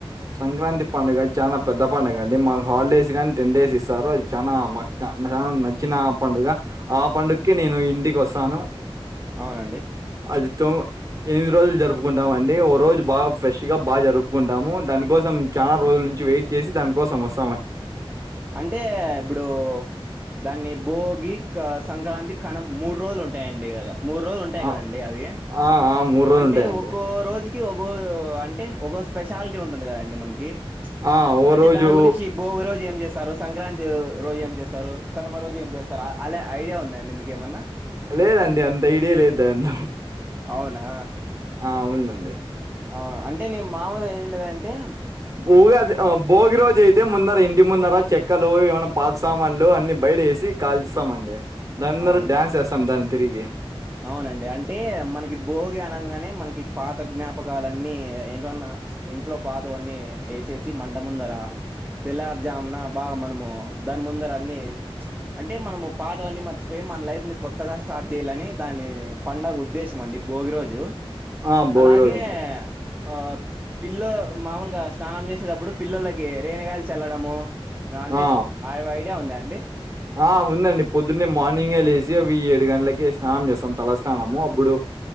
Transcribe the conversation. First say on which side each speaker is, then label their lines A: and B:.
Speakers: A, on the right; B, on the right.
A: సంక్రాంతి పండుగ చాలా పెద్ద పండుగ అండి మా. హాలిడేస్ గాని టెన్ డేస్ ఇస్తారు, అది చానా మా చా రం నచ్చిన పండుగ. ఆ పండుక్కే నేను ఇంటికి ఓస్తాను.
B: అవునండి
A: అది తో ఎనిమిది రోజులు జరుపు. కుంటా మండి, ఓ రోజు బాగా ఫ్రెష్ గా బా జరుపుకుంటాము, దాని కోసం చాలా రోజుల నుంచి వెయిట్ చేసి దానికోసం వొస్తా.
B: అంటే ఇప్పుడూ. దాన్ని భోగి క సంక్రాంతి కనం మూడు రోజులు ఉంటాయండి గద. మూడు రోజులు ఉంటాయి
A: ఆ!
B: గదండి అవీ,
A: ఆ! ఆ! రోజులుంటాయండి.
B: అంటే ఒక్కో రోజి. కి ఒకో ఓ అంటే ఒకో స్పెషాలిటీ ఉంటుంది గదాండి మనకీ. చ్
A: ఆ! ఓ
B: అంటే
A: రోజు
B: దాని గురించి భోగు రోజు ఏం జెస్. స్తారు సంక్రాంతి ఓ రోజు ఏం జెస్తారు, కనుమ రోజు ఏం జెస్తారు, అ అలా ఐడియా ఉందండి, మీకు ఏమన్నా.
A: లేదండి అంత ఐడియా లేదు అంత.
B: అవునా.
A: ఆ ఉవుళండి
B: అవున అంటే నేను మామూలుగ ఇనిండేది అంటే
A: ఉగాది బోగి రోజైతే టే ముందర ఇంటి ముందర చెక్కలు ఏమైనా పాత సామాన్లు అన్ని బయటేసి కాల్స్తామండి అందరు
B: అవునండి
A: డ్యాన్స్ చేస్తాం దాని తిరిగి
B: అవునండి అంటే మనకి భోగి అనంగానే మనకి పాత జ్ఞాపకాలన్నీ ఏంటివన్న ఇంట్లో పాతవన్నీ ఏసేసి మంట ముందరా తెల్లార్జామున బాగా మనము దాని ముందర అన్ని అంటే మనము పాత వన్నీ మర్చిపోయి మన లైఫ్ ని కొత్తగా స్టార్ట్ చేయ్యాలని దాని పండగ ఉద్దేశం అండి భోగి రోజు
A: ఆ! భోగి
B: అలాగే
A: రోజండి.
B: ఆ పిల్లో మాముూలుగా స్నానం చేసేటప్పుడు పిల్లోల్లకి రేనిగాయలు చల్లడము మ అంటే
A: ఆ!
B: అవి ఐడియా ఉందా అండి
A: ఆ ఉందండి పొద్దున్నే మార్నింగే లేసి అవి ఏడు గంటలకి స్నానం చేస్తాం తలస్నానము అప్పుడు